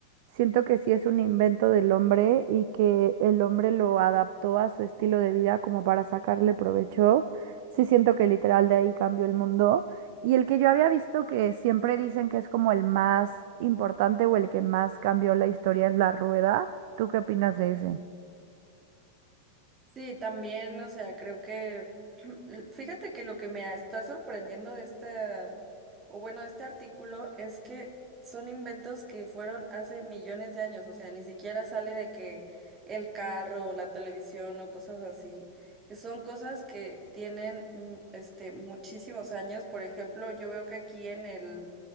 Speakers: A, on the right (about 50°); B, on the right (about 25°).
A: siento que sí es un invento del hombre y que el hombre lo adaptó a su estilo de vida como para sacarle provecho. Sí siento que literal de ahí cambió el mundo. Y el que yo había visto que siempre dicen que es como el más importante o el que más cambió la historia es la rueda. ¿Tú qué opinas de ese?
B: Sí, también, o sea, creo que, <clears throat> fíjate que lo que me está sorprendiendo de este, o bueno, de este artículo es que son inventos que fueron hace millones de años, o sea, ni siquiera sale de que el carro o la televisión o cosas así, que son cosas que tienen, mm, este, muchísimos años. Por ejemplo, yo veo que aquí en el,